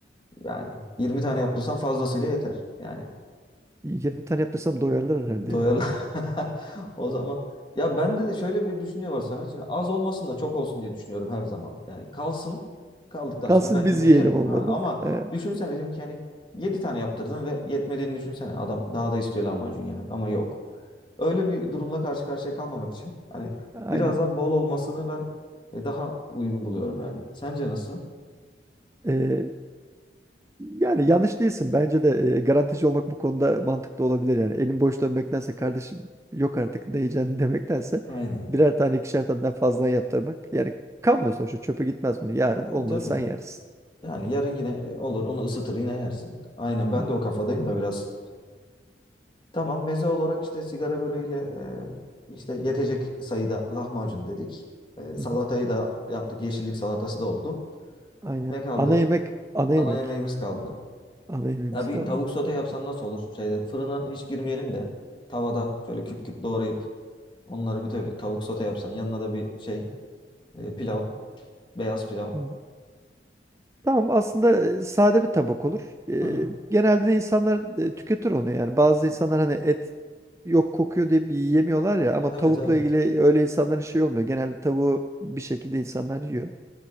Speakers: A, on the left; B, on the right.
A: yani 20 tane yaptırsan fazlasıyla yeter yani
B: 20 tane yaptırsam doyarlar herhalde
A: doyalı
B: ya.
A: <laughs> o zaman ya bende de şöyle bir düşünce var Samet şimdi az olmasın da çok olsun diye düşünüyorum her zaman yani kalsın kaldıktan
B: Kalsın
A: sonra ben
B: biz
A: yine
B: yiyelim
A: yerim
B: olmadı.
A: ha ama
B: E,
A: düşünsene dedim ki hani 7 tane yaptırdım ve yetmediğini düşünsene adam daha da istiyor lahmacun yemek ama yok Öyle bir durumla karşı karşıya kalmamak için hani
B: aynen.
A: biraz daha bol olmasını ben e, daha uygun buluyorum yani. Sence nasıl?
B: Ee, yani yanlış değilsin. Bence de e, garantici olmak bu konuda mantıklı olabilir yani. Elin boş dönmektense kardeşim yok artık ne yiyeceğini <laughs> demektense
A: Aynen.
B: birer tane ikişer tane daha fazla yaptırmak. Yani kalmıyor sonuçta çöpe gitmez bunu. Yarın
A: Tabii
B: olmadı
A: tabii.
B: sen yersin.
A: Yani yarın yine e, olur onu ısıtır yine yersin. Aynen ben
B: Hı,
A: de o kafadayım da biraz. Tamam meze olarak işte sigara böreğiyle e, işte yetecek sayıda lahmacun dedik. E, salatayı
B: hı, hı.
A: da yaptık. Yeşillik salatası da oldu.
B: Aynen.
A: Ne kaldı?
B: Ana yemek, ana
A: Ana
B: yemek.
A: yemeğimiz kaldı.
B: Ana yemeğimiz
A: Ya bir
B: kaldı.
A: tavuk sote yapsan nasıl olur? Şeyde fırına hiç girmeyelim de tavada şöyle küp küp doğrayıp Onları bir tavuk tavuk sote yapsan yanına da bir şey e, pilav, beyaz pilav.
B: Hı. Tamam aslında e, sade bir tabak olur. E,
A: Hı hı.
B: genelde de insanlar e, tüketir onu yani. Bazı insanlar hani et yok kokuyor diye bir yiyemiyorlar ya ama
A: Evet
B: tavukla
A: evet.
B: ilgili öyle insanların şey olmuyor. Genelde tavuğu bir şekilde insanlar yiyor.